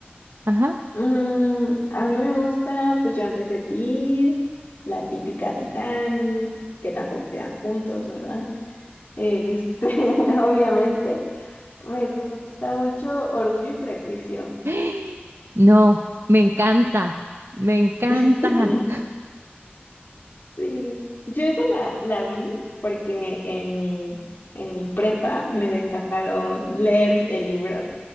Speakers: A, on the right; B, on the left.
A: Ajá.
B: o, mm, a mí me gusta, pues yo antes de ti, la típica Titanic, que tampoco quedan juntos, ¿verdad? Este, <laughs> obviamente, me gusta mucho Orgullo y Prejuicio.
A: <gasps> No, me encanta, me encanta.
B: <laughs> Sí, yo esa la, la vi porque en mi, en mi prepa me dejaron leer el libro.